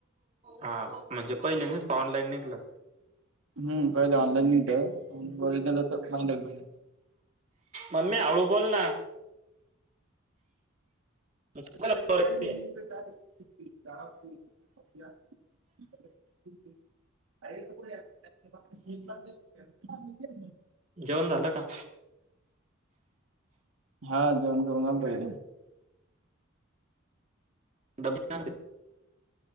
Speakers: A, on the right; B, on the right.
A: हा म्हणजे पहिले निस्त ऑनलाईन निघलं.
B: हुं पहिले ऑनलाईन निघत ओरिजिनल येत <unintelligible>
A: मम्मी हळू बोल ना. मग तुम्हाला
B: <unintelligible>
A: आहे.
B: <unintelligible> <unintelligible>
A: जेवण झालं का?
B: हा जेवण करून आलतो.
A: डब्बा आणते